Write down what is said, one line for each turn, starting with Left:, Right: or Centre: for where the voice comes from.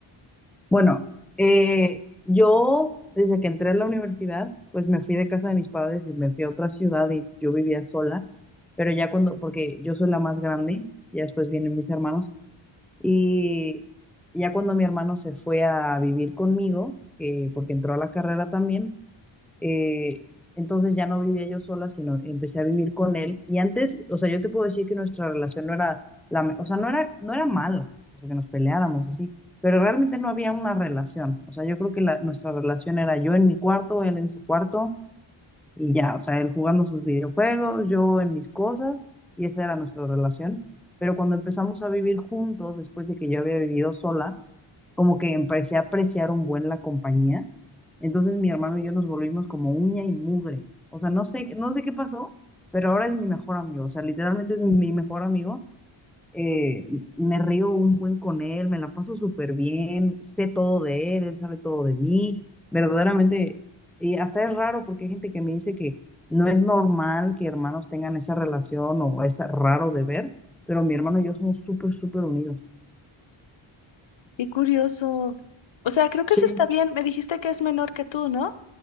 Centre: Bueno, eh, yo desde que entré a la universidad, pues me fui de casa de mis padres y me fui a otra ciudad y yo vivía sola, pero ya cuando, porque yo soy la más grande, ya después vienen mis hermanos, y ya cuando mi hermano se fue a vivir conmigo, eh, porque entró a la carrera también, Eh, entonces ya no vivía yo sola, sino empecé a vivir con él. Y antes, o sea, yo te puedo decir que nuestra relación no era, la, me- o sea, no era, no era mala, o sea, que nos peleáramos así, pero realmente no había una relación. O sea, yo creo que la- nuestra relación era yo en mi cuarto, él en su cuarto, y ya, o sea, él jugando sus videojuegos, yo en mis cosas, y esa era nuestra relación. Pero cuando empezamos a vivir juntos, después de que yo había vivido sola, como que empecé a apreciar un buen la compañía. Entonces mi hermano y yo nos volvimos como uña y mugre. O sea, no sé, no sé qué pasó, pero ahora es mi mejor amigo. O sea, literalmente es mi mejor amigo eh, me río un buen con él, me la paso súper bien, sé todo de él, él sabe todo de mí, verdaderamente, y hasta es raro porque hay gente que me dice que no es normal que hermanos tengan esa relación o es raro de ver, pero mi hermano y yo somos súper, súper unidos.
Left: Qué curioso. O sea, creo que eso
Centre: Sí,
Left: está bien, me dijiste que es menor que tú, ¿no?